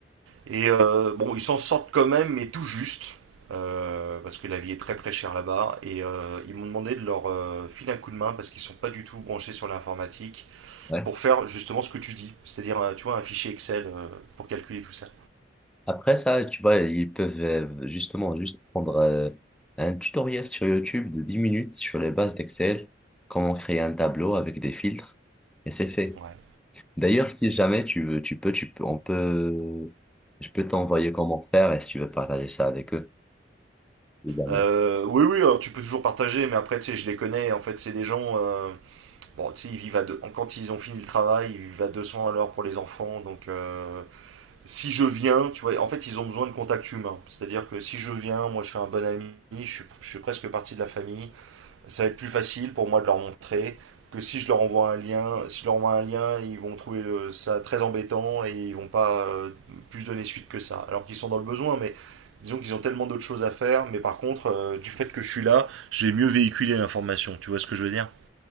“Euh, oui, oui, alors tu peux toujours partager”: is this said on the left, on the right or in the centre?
Right